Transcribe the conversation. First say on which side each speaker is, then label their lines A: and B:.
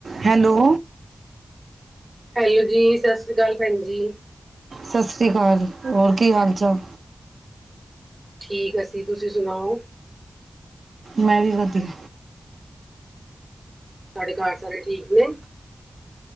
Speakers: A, on the right; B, on the right.
A: Hello.
B: Hello ਜੀ ਸਤਿ ਸ੍ਰੀ ਅਕਾਲ ਭੈਣ ਜੀ।
A: ਸਤਿ ਸ੍ਰੀ ਅਕਾਲ ਹੋਰ ਕੀ ਹਾਲ ਚਾਲ।
B: ਠੀਕ ਅਸੀਂ ਤੁਸੀਂ ਸੁਣਾਓ।
A: ਮੈਂ ਵੀ ਵਧੀਆ।
B: ਤੁਹਾਡੇ ਘਾਰ ਸਾਰੇ ਠੀਕ ਨੇ